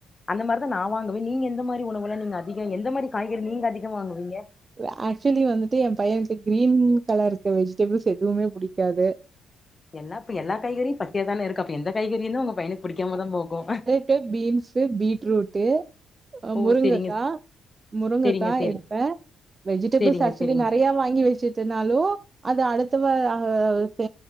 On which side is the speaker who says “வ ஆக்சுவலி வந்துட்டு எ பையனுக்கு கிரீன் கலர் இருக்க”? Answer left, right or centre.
Right